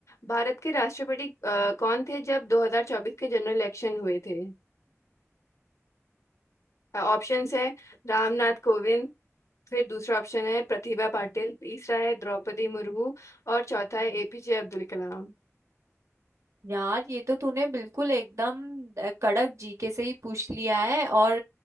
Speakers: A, on the left (about 70°); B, on the right (about 75°).
A: भारत के राष्ट्रपति अ, कौन थे जब 2024 के जनरल इलेक्शन हुए थे ऑप्शंस है रामनाथ कोविंद फिर दूसरा ऑप्शन है प्रतिभा पाटिल तीसरा है द्रौपदी मुर्मू और चौथा है एपीजे अब्दुल कलाम
B: यार ये तो तूने बिल्कुल एकदम अ, कड़क जीके से ही पूछ लिया है और